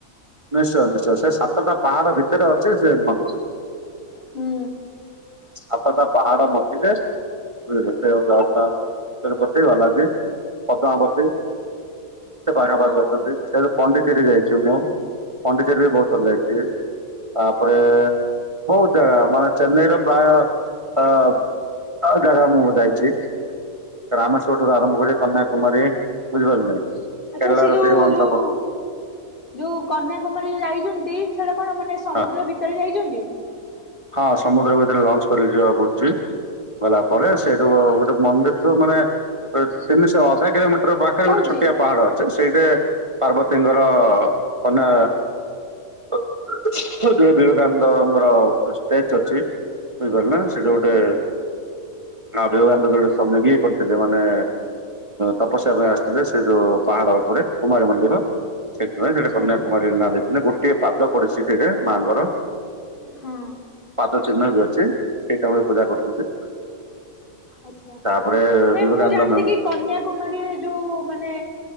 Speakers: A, on the right (about 25°); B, on the left (about 35°).
A: ନିଶ୍ଚୟ ନିଶ୍ଚୟ ସେ ସାତଟା ପାହାଡ ଭିତରେ ଅଛି ସେ ମନ୍ଦିର।
B: ହୁଁ।
A: ସାତଟା ପହାଡ଼ ମଝିରେ ସେ <unintelligible> ତୁରୁପ ବାଲାଜି ପଦ୍ମାବତୀ ସେ ପାଖାପାଖି
B: ହଁ
A: ଅଛନ୍ତି ସେଠୁ ପଣ୍ଡିଚେରୀ ଯାଇଛି ମୁଁ ପଣ୍ଡିଚେରି ବି ବହୁତ ଥର ଯାଇଛି ତାପରେ ବହୁତ ଜାଗା ମାନେ ଚେନ୍ନାଇର ପ୍ରାୟ ଆ ଜାଗା ମୁଁ ଯାଇଛି <inaudible> ରାମେଶ୍ୱରଠାରୁ ଆରମ୍ଭ କରି କନ୍ୟାକୁମାରୀ ବୁଝିପାରିଲେ।
B: ଆଚ୍ଛା
A: କେରଳାର
B: ସେ ଯୋଉ
A: ତିରୁବନନ୍ତପୁର
B: ଯୋଉ ଯୋଉ କନ୍ୟାକୁମାରୀ ଯୋଉ ଯାଇଛନ୍ତି ସେଟା କଣ ମାନେ ସମୁଦ୍ର
A: ହଁ
B: ଭିତରେ ଯାଇଛନ୍ତି।
A: ହଁ ସମୁଦ୍ର ଭିତରେ ଲଞ୍ଚ କରିକି ଯିବାକୁ ପଡୁଚି। ଗଲା ପରେ ସେଇଠୁ ଗୋଟେ ମନ୍ଦିର ଥିବ ମାନେ ତିନିଶହ ଅଧା କିଲୋମିଟର ପା ପାଖରେ
B: ଯାଉଛି
A: ଗୋଟେ ଛୋଟିଆ ପାହାଡ ଅଛି ସେଇଟି ପାର୍ବତୀଙ୍କର ଅନା <unintelligible> ବିବେକାନନ୍ଦଙ୍କର କୃଷ ବେଚ ଅଛି ବୁଝିପାରିଲେ ନା ସେଟି
B: ଆଚ୍ଛା
A: ଗୋଟେ <unintelligible> କରିଥିଲେ ମାନେ ତପସ୍ୟା ପାଇଁ ଆସିଥିଲେ ସେ ଯୋଉ ପାହାଡ ଉପରେ କୁମାରୀ ମନ୍ଦିର ସେଇଥିପାଇ ସେଠି
B: ଆଚ୍ଛା
A: କନ୍ୟାକୁମାରୀ ନାଁ ଦେଇଥିଲେ ଗୋଟିଏ ପାଦ ପଡିଛି ସେଠୀ ମାଙ୍କର।
B: ହଁ।
A: ପାଦ ଚିହ୍ନ ବି ଅଛି। ସେଇ ଟାଇମ ରେ ପୂଜା କରୁଛନ୍ତି
B: ଆଚ୍ଛା।
A: ତାପରେ
B: ନାଇଁ
A: ବିବେକାନନ୍ଦ
B: ମୁଁ ଜାଣିଛି
A: ମମ୍
B: କି କନ୍ୟାକୁମାରୀରେ ଯୋଉ ମାନେ